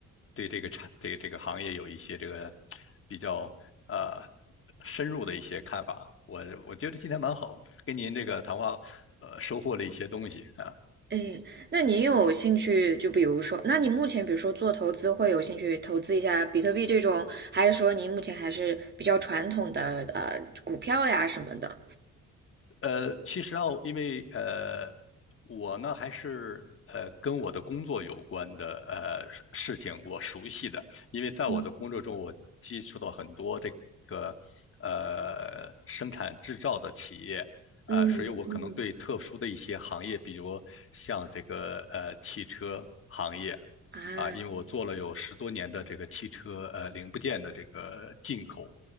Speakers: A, on the left; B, on the right.
A: 对这个产这个这个行业有一些这个比较呃深入的一些看法。我我觉得今天蛮好，跟您这个谈话呃收获了一些东西啊。
B: 诶，那你有兴趣就比如说，那你目前比如说做投资会有兴趣投资一下比特币这种，还是说您目前还是比较传统的呃股票呀什么的？
A: 呃，其实啊，因为呃，我呢还是呃跟我的工作有关的呃事事情我熟悉的，因为在我的工作中，
B: 嗯
A: 我接触到很多这个呃生产制造的企业。呃，
B: 嗯嗯
A: 所以我可能对特殊的一些行业，比如像这个呃汽车行业
B: 啊
A: 啊、因为我做了有十多年的这个汽车呃零部件的这个进口